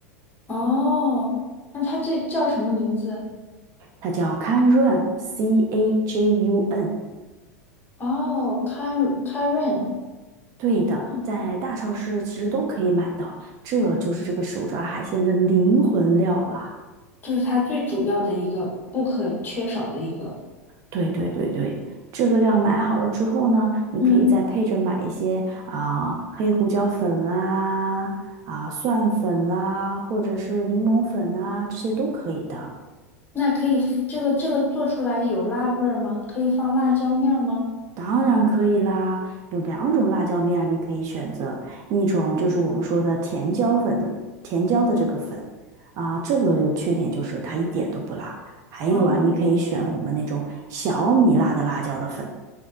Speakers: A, on the left; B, on the right.
A: 哦，那它这叫什么名字？
B: 它叫 Cajun，C A J U N。
A: 哦 c a r e a r i n
B: 对的，
A: 嗯，
B: 在大超市其实都可以买到，这就是这个手抓海鲜的灵魂料了。
A: 就是它最主要的一个不可缺少的一个。
B: 对对对对，这个料买好了之后呢，你可以再配着买一些啊、
A: 嗯，
B: 黑胡椒粉啦、啊蒜粉啦，或者是柠檬粉啊，这些都可以的。
A: 那可以，这个这个做出来有辣味儿吗？可以放辣椒面儿吗？
B: 当然可以啦，有两种辣椒面你可以选择，一种就是我们说的甜椒粉的甜椒的这个粉啊、这个缺点就是它一点都不辣。还有啊，
A: 啊，
B: 你可以选我们那种小米辣的辣椒的粉，